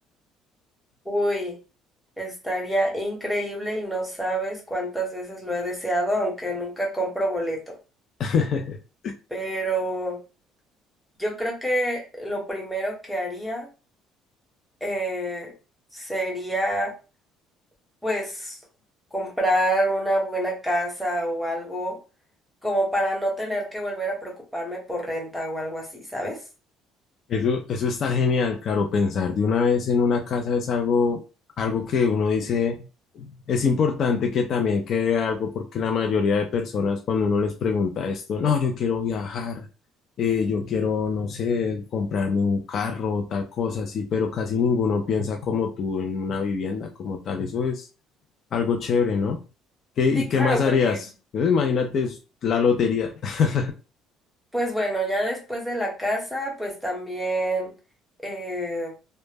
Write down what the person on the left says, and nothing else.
<laughs>
Eso, eso está genial, claro, pensar de una vez en una casa es algo, algo que uno dice Es importante que también quede algo porque la mayoría de personas cuando uno les pregunta esto, no, yo quiero viajar, eh, yo quiero, no sé, comprarme un carro, tal cosa así, pero casi ninguno piensa como tú en una vivienda como tal. Eso es algo chévere, ¿no? ¿Qué, y
qué
más
harías? Eh, Imagínate es la lotería. <laughs>